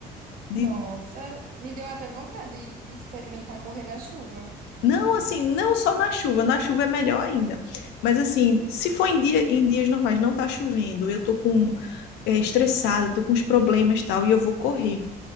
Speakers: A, on the left (about 85°); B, on the right (about 55°).
A: de
B: Nossa, me deu até vontade de, de experimentar correr na chuva.
A: Não, assim, não só na chuva, na chuva é melhor ainda. Mas assim, se for em dia, em dias normais, não tá chovendo, eu tô com é, estressada, tô com os problemas e tal, e eu vou correr.